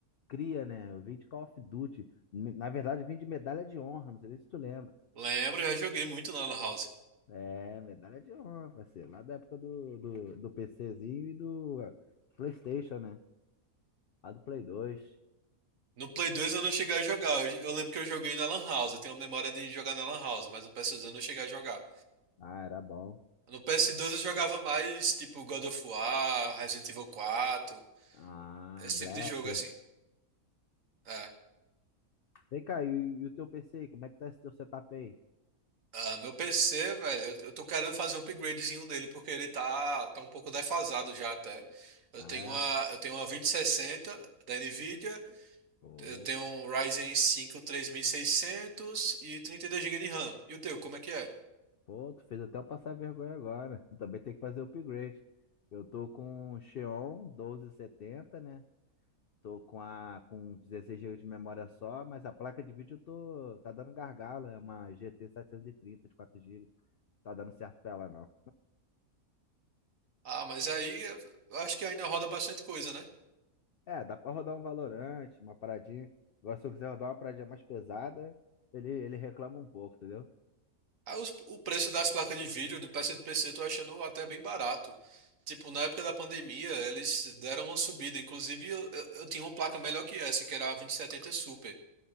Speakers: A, on the left; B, on the right.
A: cria, né? Eu vim de Call of Duty. Me- Na verdade, eu vim de medalha de honra, não sei nem se tu lembra.
B: Lembro, já joguei muito na Lan House.
A: É, medalha de honra, parceiro. Lá da época do, do, do PCzinho e do eh, PlayStation, né? Lá do Play 2.
B: No Play 2 eu não cheguei a jogar. Eu, eu lembro que eu joguei na Lan House. Eu tenho a memória de jogar na Lan House, mas no PS2 eu não cheguei a jogar.
A: Ah, era bom.
B: No PS2 eu jogava mais tipo God of War, Resident Evil 4.
A: Ah,
B: Esse
A: Black.
B: tipo de jogo, assim. É.
A: Vem cá, e, e o teu PC aí? Como é que tá esse teu setup aí?
B: Ah, meu PC, velho, eu, eu tô querendo fazer um upgradezinho nele, porque ele tá, tá um pouco defasado já até. Eu
A: Ah,
B: tenho
A: é?
B: uma, eu tenho uma 2060 da Nvidia,
A: Pô,
B: eu tenho um Ryzen 5 3600 e 32 GB de RAM. E o teu, como é que é?
A: pô, tu fez até eu passar vergonha agora. <laughs> Também tem que fazer o upgrade. Eu tô com o Xeon 1270, né? Tô com a com 16 GB de memória só, mas a placa de vídeo eu tô tá dando gargalo, é uma GT 730 de 4 GB. Tá dando certo pra ela não.
B: Ah, mas aí eu acho que ainda roda bastante coisa, né?
A: É, dá pra rodar um Valorant, uma paradinha. Agora se eu quiser rodar uma paradinha mais pesada, ele ele reclama um pouco, entendeu?
B: Aí os- o preço das placas de vídeo do PSPC eu tô achando até bem barato. Tipo, na época da pandemia, eles deram uma subida. Inclusive, eu, eu, eu tinha uma placa melhor que essa, que era a 2070 Super.